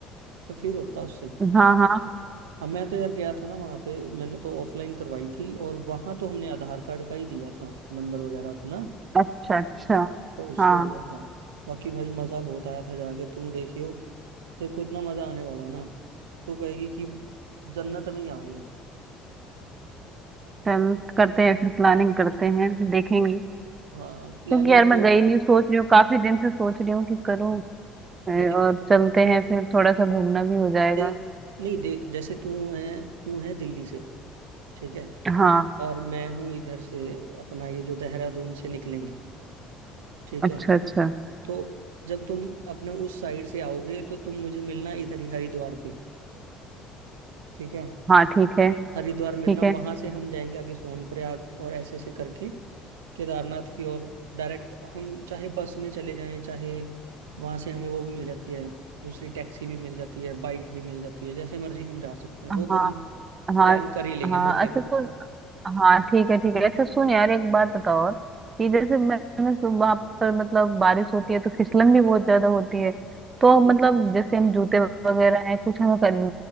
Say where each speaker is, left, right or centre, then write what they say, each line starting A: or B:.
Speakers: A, on the right; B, on the right.
A: तो फिर होता है उससे
B: हाँ हाँ
A: अब मैं तो यार गया था ना वहाँ पे मैंने तो ऑफलाइन करवाई थी और वहाँ तो हमने आधार कार्ड का ही दिया था नंबर वगैरह अपना
B: अच्छा अच्छा
A: तो उससे
B: हाँ
A: हुआ था बाकी भाई मज़ा बहुत आया था जाके तू देखियो तेरे को इतना मज़ा आने वाला ना तू कहेगी कि जन्नत में ही आ गए
B: चल करते हैं फिर प्लानिंग करते हैं देखेंगे
A: हाँ प्लानिंग
B: क्योंकि यार मैं
A: तो
B: गई नहीं सोच रही हूँ काफी दिन से सोच रही हूँ कि करूँ ए,
A: देख
B: और चलते हैं फिर थोड़ा सा घूमना भी हो जाएगा
A: देख नहीं देख जैसे तू है तू है दिल्ली से ठीक है
B: हाँ
A: और मैं हूँ इधर से अपना ये जो देहरादून से निकलेंगे ठीक
B: अच्छा
A: है
B: अच्छा
A: तो जब तुम अपने उस साइड से आओगे तो तुम मुझे मिलना इधर ही हरिद्वार पे ठीक है
B: हाँ ठीक है
A: हरिद्वार
B: ठीक
A: मिलना
B: है
A: वहां से हम जाएंगे आगे सोनप्रयाग और ऐसे ऐसे करके केदारनाथ की और डायरेक्ट हम चाहे बस में चले जाएं चाहे वहां से हमें वो भी मिल जाती है दूसरी टैक्सी भी मिल जाती है बाइक भी मिल जाती है जैसे मर्जी हम जा सकते हैं
B: हाँ
A: वो तो हम
B: हाँ
A: प्लान कर ही लेंगे
B: हाँ
A: मौके
B: अच्छा
A: पे
B: तो हाँ ठीक है ठीक है अच्छा सुन यार एक बात बताओ और, कि जैसे मैंने वहां पर मतलब बारिश होती है तो फिसलन भी बहुत ज्यादा होती है तो
A: इस
B: मतलब जैसे हम जूते वगैरह हैं कुछ हमें कर,